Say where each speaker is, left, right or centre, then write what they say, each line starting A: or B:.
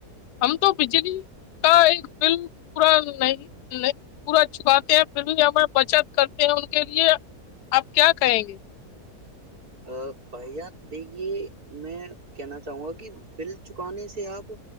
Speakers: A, on the left (about 85°); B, on the right (about 70°).
A: ہم تو بجلی کا ایک بل پورا نہیں پورا چپاتے ہیں پھر بھی ہمیں بچت کرتے ہیں ان کے لیے آپ کیا کریں گے
B: ا بھیا دیکھیے میں کہنا چاہوں گا کہ بل چکانے سے آپ